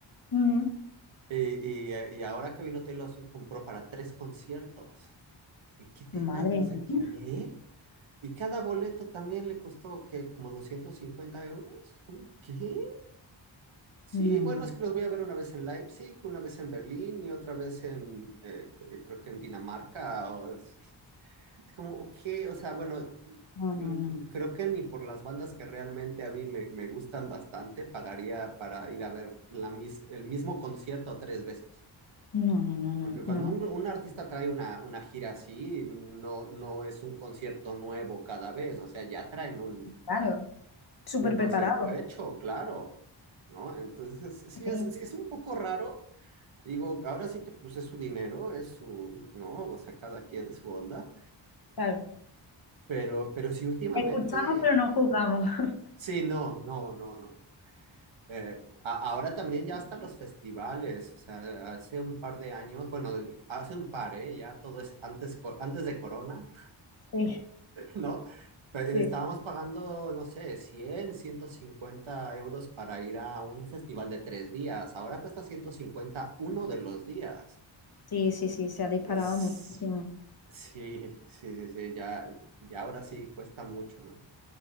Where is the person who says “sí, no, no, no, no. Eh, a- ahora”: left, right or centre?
Right